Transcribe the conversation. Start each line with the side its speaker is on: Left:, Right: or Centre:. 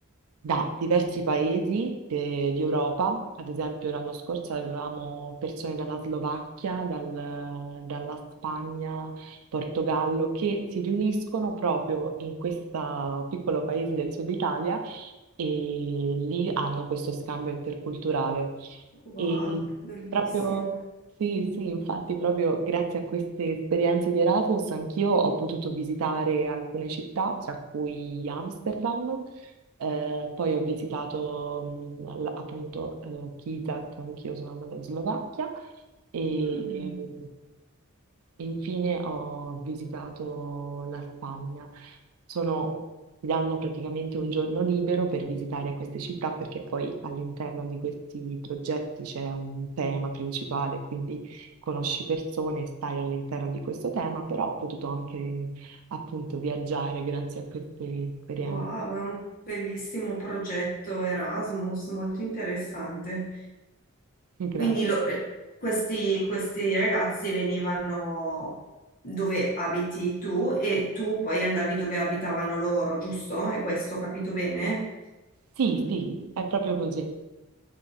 Right: da diversi paesi de- di Europa, ad esempio l'anno scorso avevamo persone dalla Slovacchia, dal- dalla Spagna Portogallo, che si riuniscono proprio in questo piccolo paese del sud Italia e lì hanno questo scambio interculturale.
Left: Wow,
Right: E
Left: bellissimo.
Right: proprio, sì, sì, infatti proprio grazie a queste esperienze di Erasmus anch'io ho potuto visitare alcune città, tra cui Amsterdam, eh, poi ho visitato mh, la- appunto eh, Kizak, anch'io sono andata in Slovacchia e,
Left: Mm.
Right: Infine ho visitato la Spagna. Sono, ti danno praticamente un giorno libero per visitare queste città perché poi all'interno di questi progetti c'è un tema principale, quindi conosci persone, stai all'interno di questo tema, però ho potuto anche appunto viaggiare grazie a queste esperienze.
Left: Wow, è un bellissimo progetto Erasmus, molto interessante.
Right: <laughs> Grazie.
Left: Quindi lo- eh, questi, questi ragazzi venivano dove abiti tu e tu poi andavi dove abitavano loro, giusto? È questo, ho capito bene?
Right: Sì, sì, è proprio così.